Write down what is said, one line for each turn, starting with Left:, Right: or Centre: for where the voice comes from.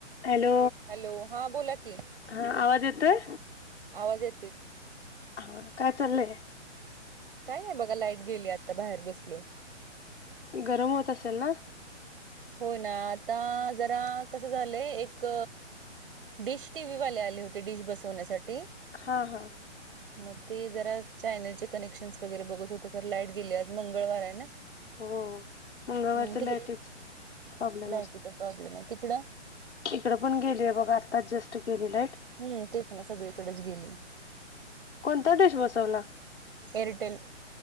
Left: Hello
Right: hello, हा बोला कि.
Left: हा आवाज येतोय
Right: आवाज येतोय की.
Left: हा, काय चाललंय?
Right: काय नाही बघा लाईट गेली. आता बाहेर बसलोय
Left: गरम होत असेल. ना
Right: होय ना आता जरा कसं झालंय एक डिश टीव्ही वाले आले होते, डिश बसवण्यासाठी.
Left: हा, हा.
Right: म ते जरा चॅनलचे कनेक्शन्स वगैरे बघत होते, तर लाईट गेली आज मंगळवारे ना.
Left: हो मंगळवारच
Right: हम्म तिक
Left: लाईटीच प्रॉब्लेम
Right: लायटीचा प्रॉब्लेम आहे तिकडं
Left: इकडे पण गेलीय बघा आत्ताच जस्ट गेली लाईट
Right: हम् ते प ना सगळीकडेच गेली.
Left: कोणता डिश बसवला?
Right: एअरटेल